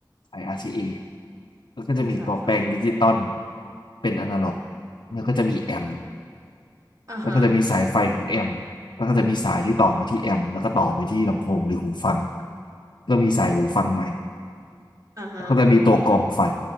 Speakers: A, on the left; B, on the right.
A: สาย RCA แล้วก็จะมีตัวแปลงดิจิตอล
B: มีสายไฟ
A: เป็นอนาล็อกแล้วก็จะมีแอมป์
B: อ่าฮะ
A: แล้วก็จะมีสายไฟของแอมป์แล้วก็จะมีสายที่ต่อมาที่แอมป์แล้วก็ต่อไปที่ลำโพงหรือหูฟังก็มีสายหูฟังใหม่
B: อ่าฮะ
A: แล้วก็จะมีตัวกรองไฟ